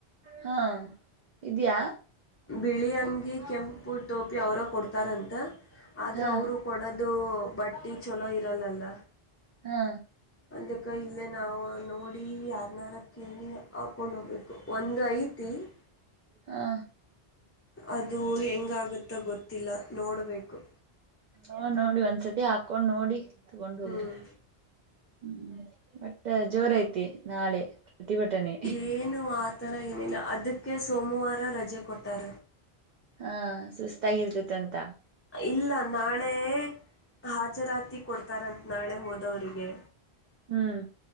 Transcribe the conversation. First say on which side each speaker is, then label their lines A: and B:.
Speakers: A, on the right; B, on the left.
A: ಹಾ ಇದ್ಯಾ
B: ಬಿಳಿ ಅಂಗಿ ಕೆಂಪು ಟೋಪಿ ಅವರ ಕೊಡ್ತಾರಂತ ಆದ್ರೆ
A: ಹಾ
B: ಅವರು ಕೊಡದು ಇದು ಬಟ್ಟಿ ಚಲೋ ಇರಲ್ಲಲ್ಲ
A: ಹಾ
B: ಅದಕ್ಕ ಇಲ್ಲೇ ನಾವು ನೋಡಿ ಯಾರ್ನಾರ ಕೇಳಿ ಹಾಕೊಂಡ್ ಹೋಗ್ಬೇಕು ಒಂದ ಐತಿ ಹ
A: ಹಾ
B: ಅದು ಹೆಂಗಾಗತ್ತ ಗೊತ್ತಿಲ್ಲ ನೋಡ್ಬೇಕು
A: ಹ ನೋಡಿ ಒಂದ್ಸತಿ ಹಾಕೊಂಡ್ ನೋಡಿ ತಗೊಂಡ್ ಹೋಗ್ರಿ
B: ಹ್ಮ್
A: ಹ್ಮ್ ಮತ್ತೆ ಜೋರ ಐತಿ ನಾಳೆ ಪ್ರತಿಭಟನೆ
B: ಏನು ಆತರ ಏನಿಲ್ಲ ಅದಕ್ಕೆ ಸೋಮವಾರ ರಜೆ ಕೊಟ್ಟಾರ
A: ಹಾ ಸುಸ್ತಾಗಿರ್ತತೆ ಅಂತ
B: ಇಲ್ಲ ನಾಳೆ ಹಾಜರ ಕೊಡ್ತಾರಂತ ನಾಳೆ ಹೋದವರಿಗೆ
A: ಹ್ಮ್